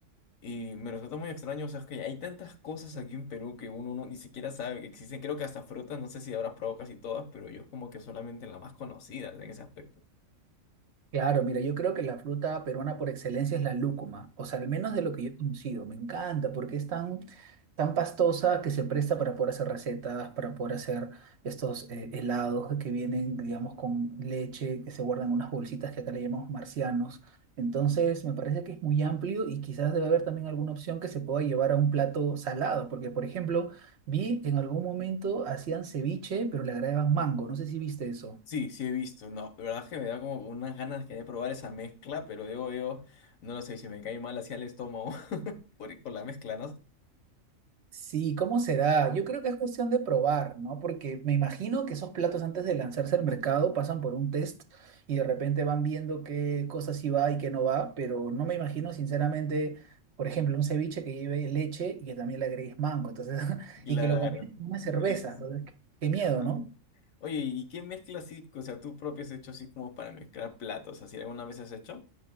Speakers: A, on the left; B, on the right.
A: Y me resulta muy extraño. O sea, es que hay tantas cosas aquí en Perú que uno no, ni siquiera sabe que existen. Creo que hasta frutas, no sé si habrás probado casi todas, pero yo es como que solamente las más conocidas en ese aspecto.
B: Claro, mira, yo creo que la fruta peruana por excelencia es la lúcuma, o sea, al menos de lo que yo he conocido, me encanta porque es tan, tan pastosa que se presta para poder hacer recetas, para poder hacer estos eh, helados que vienen, digamos, con leche, que se guardan en unas bolsitas que acá le llamamos marcianos. Entonces, me parece que es muy amplio y quizás debe haber también alguna opción que se pueda llevar a un plato salado, porque, por ejemplo, vi en algún momento hacían ceviche, pero le agregaban mango, no sé si viste eso.
A: Sí, sí he visto, no, de verdad es que me da como unas ganas que de probar esa mezcla, pero digo yo, no lo sé, si me cae mal hacia el estómago <laughs> por, con la mezcla, ¿no?
B: Sí, ¿cómo será? Yo creo que es cuestión de probar, ¿no? Porque me imagino que esos platos antes de lanzarse al mercado pasan por un test y de repente van viendo qué cosas sí va y qué no va, pero no me imagino sinceramente, por ejemplo, un ceviche que lleve leche y que también le agregues mango, entonces, <laughs>
A: Claro,
B: y que lo combines con una cerveza,
A: <laughs> eso es,
B: entonces, qué, qué
A: es
B: miedo,
A: random.
B: ¿no?
A: Oye, ¿y qué mezcla así, o sea, tú propio has hecho así como para mezclar platos, así alguna vez has hecho?